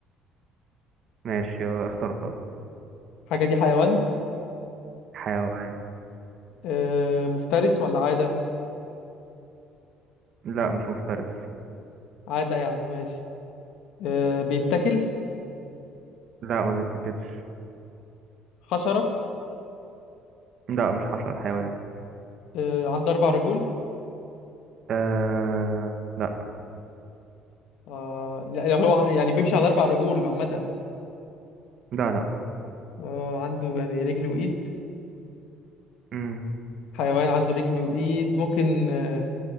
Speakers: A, on the right; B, on the left.
A: ماشي آه، اخترتها
B: حاجة دي حيوان
A: حيوان
B: آه، مفترس ولا عادة
A: لا مش مفترس
B: عادة يعني ماشي آه، بيتاكل
A: لا ما بيتاكلش
B: حشرة
A: لا مش حشرة حيوان
B: آه، عنده أربع رجول
A: آه... لا
B: آه، لا هو ع- يعني بيمشي على أربع رجول عامة
A: لا لا
B: آه، عنده يعني رجل وإيد
A: مم.
B: حيوان عنده رجل وإيد ممكن آه،